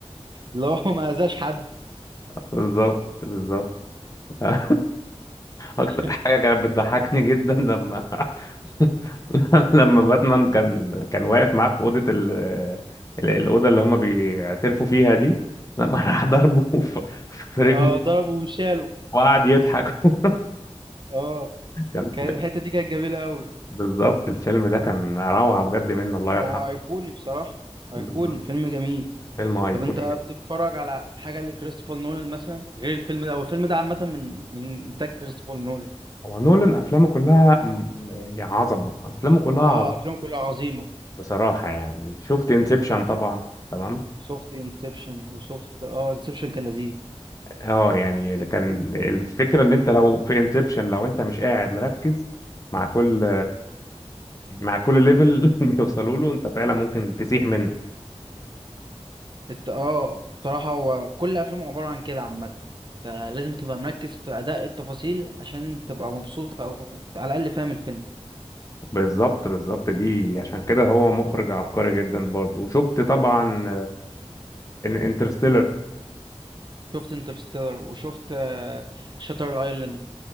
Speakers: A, on the right; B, on the left.
A: اللي هو ما أذاش حد
B: بالظبط بالظبط <laughs> اكتر
A: <laughs>
B: حاجة كانت بتضحكني جدا لما <laughs> <laughs> لما باتمان كان كان واقف معاه في اوضه ال... ال- الاوضه اللي هم بيعترفوا فيها دي لما راح ضربه <laughs> في في رجله
A: اه ضربه وشاله
B: وقعد يضحك <laughs>
A: اه
B: كان
A: كان
B: كان-
A: الحتة دي كانت جميلة قوي
B: بالظبط الفيلم ده كان روعه بجد منه الله يرحمه
A: هو أيقوني بصراحة أيقوني
B: بالظبط
A: فيلم جميل
B: فيلم ايقوني
A: طب انت بتتفرج
B: جدا
A: على حاجه لكريستوفر نولان مثلا غير الفيلم ده او الفيلم ده عامه من من انتاج كريستوفر نولان
B: هو نولان افلامه كلها م- يعني عظمه افلامه كلها
A: اه
B: عظمه
A: افلام كلها عظيمه
B: بصراحه يعني شفت انسبشن طبعا تمام
A: سوفت انسبشن وسوفت اه انسبشن كان لذيذ
B: اه يعني اللي كان الفكره ان انت لو في انسبشن لو انت مش قاعد مركز مع كل مع كل ليفل <laughs> بيوصلوا له انت فعلا ممكن تسيح منه
A: الت... اه بصراحه هو كل افلامه عباره عن كده عامه انت لازم تبقى مركز في اداء التفاصيل عشان تبقى مبسوط او على الاقل فاهم الفيلم
B: بالظبط بالظبط دي عشان كده هو مخرج عبقري جدا برضه وشفت طبعا انترستيلر
A: شفت انترستيلر وشفت شاتر ايلاند